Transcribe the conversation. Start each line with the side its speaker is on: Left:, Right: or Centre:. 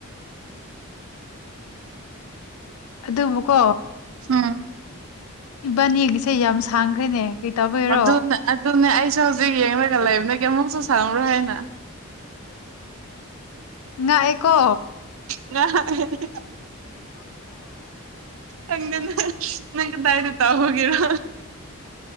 Left: ꯑꯗꯨꯕꯨꯀꯣ
Right: ꯎꯝ
Left: ꯏꯕꯥꯅꯤꯒꯤꯁꯦ ꯌꯥꯝ ꯁꯥꯡꯈ꯭ꯔꯦꯅꯦ ꯀꯔꯤ ꯇꯧꯕꯩꯔꯣ
Right: ꯑꯗꯨꯅꯦ ꯑꯗꯨꯅꯦ ꯑꯩꯁꯨ ꯍꯧꯖꯤꯛ ꯌꯦꯡꯂꯒ ꯂꯩꯕꯅꯦ ꯀꯃꯛꯁꯨ ꯁꯝꯔ ꯍꯥꯏꯦꯅ
Left: ꯅ ꯑꯦ ꯀꯣ
Right: ꯉ <unintelligible> ꯍꯪꯅꯦ ꯅꯪꯒ ꯇꯥꯏꯗ ꯇ ꯍꯒꯔ